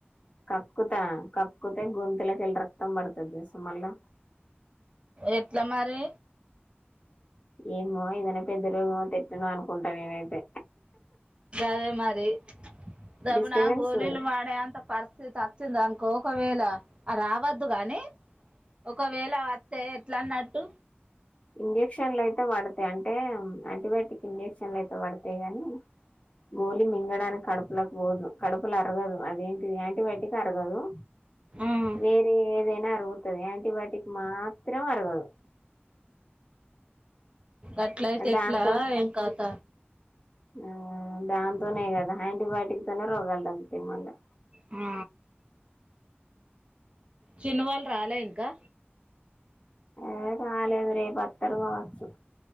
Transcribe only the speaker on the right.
ఎట్లా మరి
అదే మరి దమున
గోళలు వాడే అంత పరిస్థితి వచ్చింది అనుకో ఒకవేళ రావద్దు గానీ ఒకవేళ వస్తే ఎట్లా అన్నట్టు
ఉమ్
అట్లా అయితే ఎట్లా
ఏం కథ
ఆ చిన్నవాళ్ళు రాలే ఇంకా